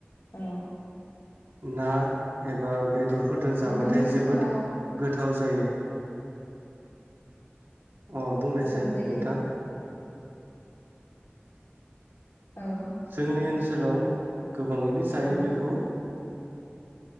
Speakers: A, on the left (about 80°); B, on the right (about 70°).
A: ओ।
B: ना। एबा बेदरफोरजों जाबाथाय
A: नोंथांनि ओनसोलाव
B: जोबोद गोथ थाव जायो। अ बुंनायसाय
A: सोंजायो
B: नोंथां।
A: औ
B: जोंनि
A: औ
B: ओनसोलाव। गोबाङैनो जायो
A: औ
B: बेखौ।